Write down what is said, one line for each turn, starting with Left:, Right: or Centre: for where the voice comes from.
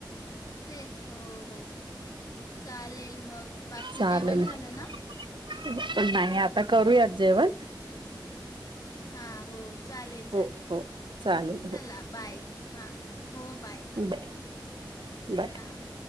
Left: ते हो हो चालेल मग बाकी
Right: चालल
Left: जेवण झालं
Right: तुम्ही
Left: ना?
Right: पण नाय म आता करूयात जेवण
Left: हा हो चालेल चालेल
Right: हो हो चालेल
Left: चला
Right: हो
Left: बाय हा हो बाय. हां,
Right: बाय जाते.
Left: हां बाय.